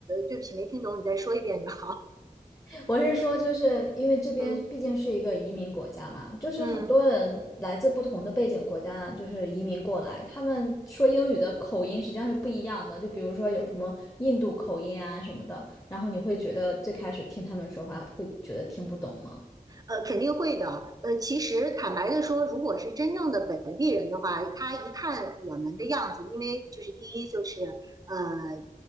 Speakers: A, on the right (about 25°); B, on the left (about 20°).
A: 对不起，没听懂，你再说一遍就好。
B: 我是说，就是因为这边毕竟是一个移民国家嘛，
A: 嗯
B: 就是很多人来自不同的背景国家，
A: 嗯。
B: 就是移民过来，他们说英语的口音实际上是不一样的。就比如说有什么印度口音啊什么的，然后你会觉得最开始听他们说话会觉得听不懂吗？
A: 呃，肯定会的。呃，其实坦白的说，如果是真正的本地人的话，他一看我们的样子，因为就是第一就是呃呃，